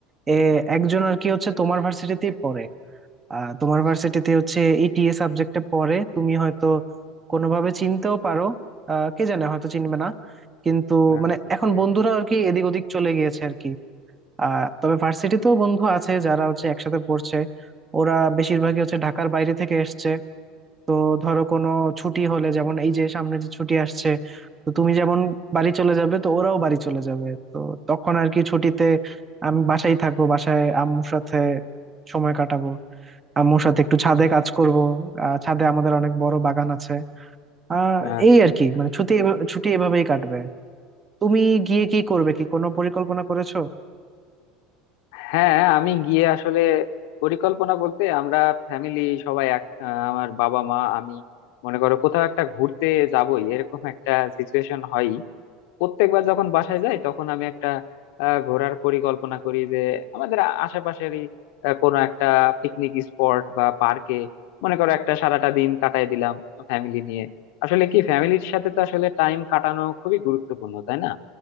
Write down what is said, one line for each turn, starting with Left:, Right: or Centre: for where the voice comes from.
Right: এ একজন আর কি হচ্ছে তোমার ভার্সিটিতেই পড়ে আহ তোমার ভার্সিটিতে হচ্ছে ইটিএ সাবজেক্টে পড়ে তুমি হয়তো কোনোভাবে চিনতেও পারো আহ, কে জানে হয়তো চিনবে না কিন্তু
Left: আচ্ছা
Right: মানে এখন
Left: ঠিক
Right: বন্ধুরা
Left: আছে
Right: আর কি এদিক ওদিক চলে গিয়েছে আর কি আহ তবে ভার্সিটিতেও বন্ধু আছে যারা হচ্ছে একসাথে পড়ছে ওরা বেশিরভাগই হচ্ছে ঢাকার বাইরে থেকে এসছে তো ধরো কোনো ছুটি হলে যেমন এই যে সামনে যে ছুটি আসছে তো তুমি যেমন বাড়ি চলে যাবে তো ওরাও বাড়ি চলে যাবে তো তখন আর কি ছুটিতে আমি বাসায় থাকবো বাসায় আম্মুর সাথে সময় কাটাবো আম্মুর সাথে একটু ছাদে কাজ করব আহ, ছাদে আমাদের অনেক বড় বাগান আছে আহ
Left: আচ্ছা
Right: এই আর
Left: আচ্ছা
Right: কি মানে ছুটি এভাবে- ছুটি এভাবেই কাটবে তুমি গিয়ে কি করবে কি কোনো পরিকল্পনা করেছো
Left: হ্যাঁ আমি গিয়ে আসলে পরিকল্পনা বলতে আমরা ফ্যামিলি সবাই এক আহ, আমার বাবা মা আমি মনে করো কোথাও একটা ঘুরতে যাবই এরকম একটা সিচুয়েশন হয় প্রত্যেকবার যখন বাসায় যাই তখন আমি একটা আহ, ঘোরার পরিকল্পনা করি যে আমাদের আ- আশেপাশেরই আহ, কোনো একটা পিকনিক স্পট বা পার্কে মনে করো একটা সারাটা দিন কাটায় দিলাম ফ্যামিলি নিয়ে আসলে কি ফ্যামিলির সাথে তো আসলে টাইম কাটানো খুবই গুরুত্বপূর্ণ তাই না